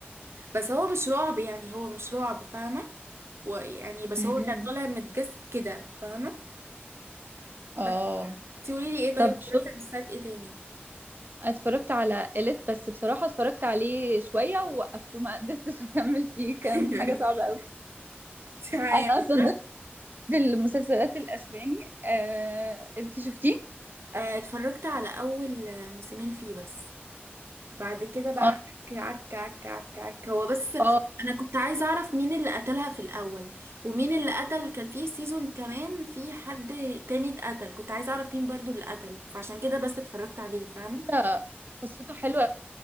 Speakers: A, on the right; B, on the right.
A: بس هو مش رعب يعني هو مش رعب فاهمة ويعني بس
B: امم
A: هو كان طالع متجسد كده فاهمة
B: اه
A: بس تقولي لي ايه طيب
B: طب
A: اتفرجت
B: شوف
A: على مسلسلات ايه تاني
B: اتفرجت على إليت بس بصراحة اتفرجت عليه شوية ووقفته ما قدرتش أكمل فيه
A: <laughs>
B: كان حاجة صعبة أوي
A: معايا
B: أنا
A: اتفرجت
B: أصلا المسلسلات الاسباني آه، انتي شفتيه
A: آه، اتفرجت على اول آه، موسمين فيه بس بعد كده بقى
B: اه
A: عك عك عك عك عك هو بس
B: اه
A: انا كنت عايزة اعرف مين اللي قتلها في الاول ومين اللي قتل كان فيه سيزون كمان في حد تاني اتقتل كنت عايزة اعرف مين برضو اللي قتله فعشان كده بس اتفرجت عليه فاهمة
B: لا، قصته حلوة